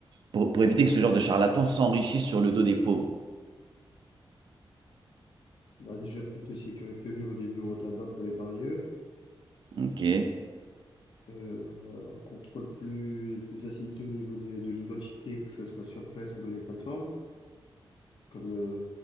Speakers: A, on the right (about 55°); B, on the left (about 65°).
A: pour, pour éviter que ce genre de charlatan s'enrichisse sur le dos des pauvres?
B: Bah, déjà plus de sécurité au niveau des bureaux à tabac pour les parieurs,
A: Ok.
B: euh, un contrôle plus, plus assidu au niveau des- de l'identité, que ce soit sur place ou dans les plateformes, comme euh,